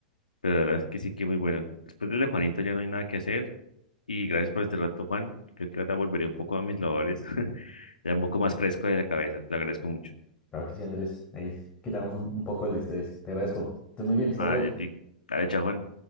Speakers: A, on the left; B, on the left.
A: pero la verdad es que sí que muy bueno. Después de lo de Juanito ya no hay nada que hacer. Y gracias por este rato, Juan. Creo que ahora volveré un poco a mis labores, <laughs> ya un poco más fresco de la cabeza. Te lo agradezco mucho.
B: claro que sí, Andrés. Ahí quitamos un, un poco el estrés. Te agradezco. Estás muy bien, hasta
A: Ah,
B: luego.
A: Yeti. Dale, chao, Juan.